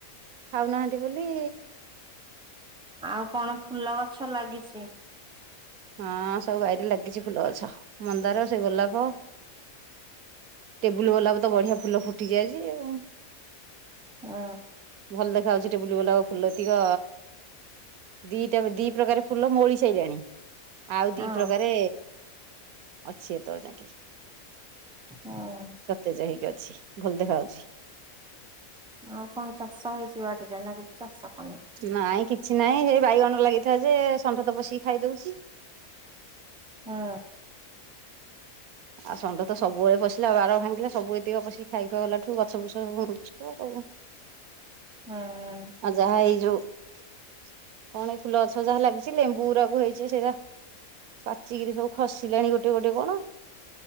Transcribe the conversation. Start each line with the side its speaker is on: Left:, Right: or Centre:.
Right: ଖାଉନାହାନ୍ତି ବୋଲି
Centre: ଆଉ କଣ ଫୁଲ ଗଛ ଲାଗିଛି?
Right: ହଁ ସବୁ ବାରରେ ଲାଗିଛି ଫୁଲ ଗଛ ମନ୍ଦାର, ସେ ଗୋଲାପ ଟେବୁଲ ଗୋଲାପ ତ ବଢିଆ ଫୁଲ ଫୁଟିଛି ଆଜି ଆଉ।
Centre: ହଁ।
Right: ଭଲ ଦେଖା ହଉଛି ଟେବୁଲ ଗୋଲାପ ଫୁଲ ତିକ, ଦିଟା ଦି ପ୍ରକାର ଫୁଲ ମଉଳି ସାରିଲାଣି। ଆଉ ଦି
Centre: ହଁ।
Right: ପ୍ରକାରେ ଅଛି ଏତ ବେଳ ଯାଏ। <unintelligible>
Centre: ହୁଁ
Right: ସତେଜ ହେଇକି ଅ ଛି ଭଲ ଦେଖାହଉଛି।
Centre: ଆଉ କଣ ଚାଷ ହେଇଛି ବାଡିରେ ନା କି ଚାଷ କଲୁ।
Right: ନାଇଁ କିଛି ନାଇଁ ସେ ବାଇଗଣ ଲାଗିଥିଲା ଯେ ଷଣ୍ଢ ତ ପଶିକି ଖାଇ ଦଉଛି।
Centre: ହଁ।
Right: ଆଉ ଷଣ୍ଢ ତ ସବୁବେଳେ ପଶିଲା ଆଉ ବାର ଭାଙ୍ଗିଲା ସବୁ ଏତିକି ପଶିକି ଖାଇ ଖୁଆ ଗଲାଠୁ ଗଛ ବୁଛ ସବୁ ନଷ୍ଟ ଆଉ।
Centre: ହଁ।
Right: ଆଉ ଯାହା ଏଇ ଯୋଉ କଣ ଏଇ ଫୁଲ ଗଛ ଯାହା ଲାଗିଛି କିଛି ଲେମ୍ବୁ ଗୁଡାକ ହେଇଛି ସେରା ପାଚିକିରି ସବୁ ଖସିଲାଣି ଗୋଟେ ଗୋଟେ କଣ?